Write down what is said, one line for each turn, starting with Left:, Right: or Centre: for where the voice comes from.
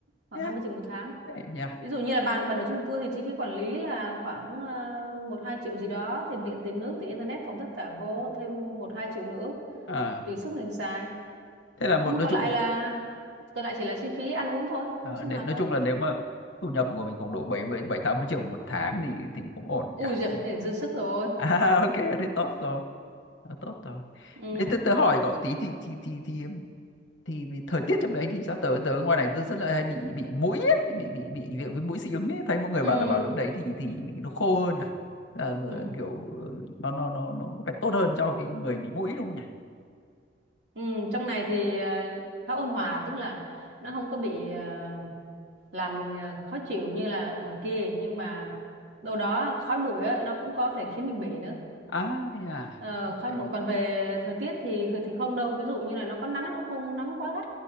Right: Khoảng
Left: yeah.
Right: 20 triệu một tháng.
Left: thế nhỉ
Right: Ví dụ như là bạn bạn ở chung cư thì chi phí quản lý là khoảng uh, 1 2 triệu gì đó, tiền điện, tiền nước, tiền internet cộng tất cả vô thêm một 2 triệu nữa
Left: à,
Right: tùy sức mình xài.
Left: thế là một
Right: Ừ.
Left: nói
Right: Còn
Left: chung
Right: lại là còn lại chỉ là chi phí ăn uống thôi,
Left: ờ,
Right: ăn uống sinh
Left: nên-
Right: hoạt
Left: nói
Right: thôi.
Left: chung là nếu mà thu nhập của mình khoảng độ bảy bảy tám mươi triệu một tháng thì thì cũng ổn
Right: Ui
Left: nhỉ
Right: giời, để dư sức rồi.
Left: <laughs> à, ok thế tốt rồi Đó, tốt rồi.
Right: Ừ.
Left: Đấy, tớ, tớ hỏi cậu tí thì thì thì thì thì, vì thời tiết trong đấy thì sao tớ tớ ngoài này tớ rất là hay bị bị mũi ấy, hay bị bị bị kiểu với mũi dị ứng ấy, thấy mọi người
Right: Ừ,
Left: bảo là vào lúc đấy thì thì nó khô hơn à. Là,
Right: Ừ.
Left: là kiểu ờ, nó nó nó nó có phải tốt hơn cho cái người bị mũi đúng không nhỉ?
Right: Ừ. Trong này thì ờ, khá ôn hòa tức là nó không có bị ờ, làm mình ờ, khó chịu như là ở ngoài kia nhưng mà đâu đó khói bụi á nó cũng có thể khiến mình bị nữa
Left: À thế à.
Right: Ờ,
Left: Ok.
Right: khói bụi còn về thời tiết thì thì không đâu ví dụ như là nó có nắng nó cũng không nắng quá gắt